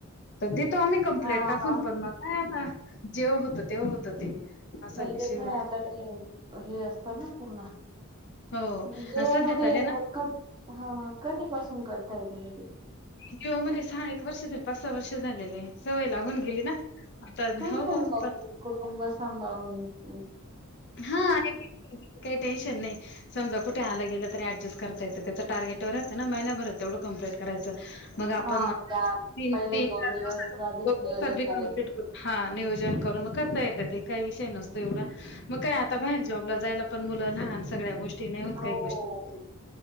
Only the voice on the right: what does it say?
हा
हा
नाही
तेे काय
आता ते हे असतं ना पूर्ण
जीओ
मध्ये
हे
कधी पासून करते ह मडी
चांगलं
ला
कुटुंब सांभावून हो.
हा
त्या पहिले
दोन
दिवस आधीच
नियोजन करायचं
हो